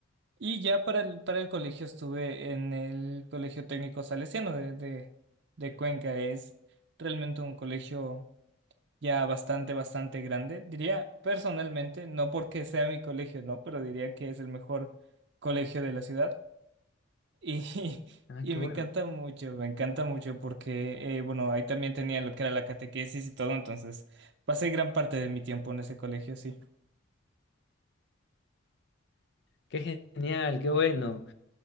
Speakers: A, on the right; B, on the left.
A: Y ya para el, para el colegio estuve en el Colegio Técnico Salesiano de, de, de Cuenca. Es realmente un colegio ya bastante, bastante grande. Diría personalmente, no porque sea mi colegio, no, pero diría que es el mejor colegio de la ciudad. Y, <laughs>
B: ah,
A: y
B: qué
A: me
B: bueno,
A: encanta mucho, me encanta mucho porque, eh, bueno, ahí también tenía lo que era la catequesis y todo, entonces pasé gran parte de mi tiempo en ese colegio, sí.
B: qué genial, qué bueno.